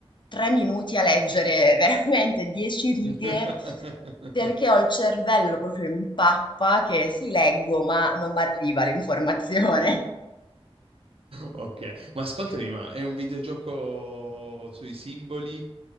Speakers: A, on the left; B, on the right.
A: tre minuti a leggere <laughs> veramente dieci righe.
B: <laughs>
A: Perché ho il cervello proprio in pappa che sì, leggo, ma non mi arriva l'informazione.
B: Ok, ma ascoltami, ma è un videogioco sui simboli?